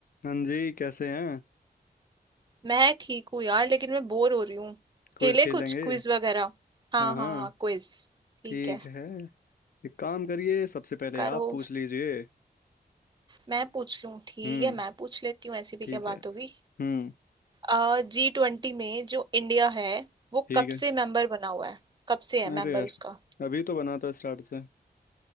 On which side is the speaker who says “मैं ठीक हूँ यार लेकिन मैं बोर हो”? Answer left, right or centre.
Right